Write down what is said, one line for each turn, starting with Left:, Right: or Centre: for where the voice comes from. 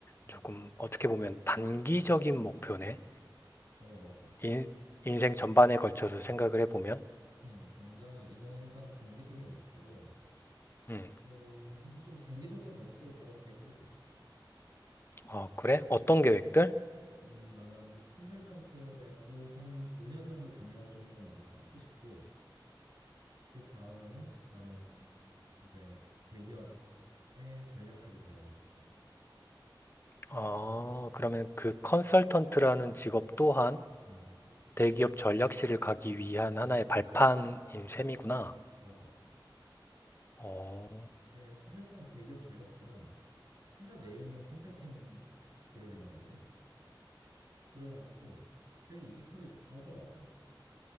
Right: 음.
Left: 조금 어떻게 보면 단기적인 목표네.
Right: 어, 맞아.
Left: 인, 인생 전반에 걸쳐서 생각을 해보면.
Right: 음, 굉장히 이거는 일단 단기적인 목표고
Left: 음.
Right: 또 사실 좀 장기적으로 보면 또 다른 계획들도 있어.
Left: 아, 그래? 어떤 계획들?
Right: 음, 나는 컨설턴트로 한 5년 정도 경력을 좀 일단 먼저 쌓고 싶고 그 다음에는 나는 이제 대기업의 전략실에 들어가고 싶어.
Left: 아, 그러면 그 컨설턴트라는 직업 또한
Right: 음,
Left: 대기업 전략실을 가기 위한 하나의 발판인 셈이구나.
Right: 맞아.
Left: 어,
Right: 이제 사실상 대기업 전략실은 회사 내에 있는 컨설팅 그룹이란 말이야. 그래가지고 되게 이직하기 좋다 하더라고.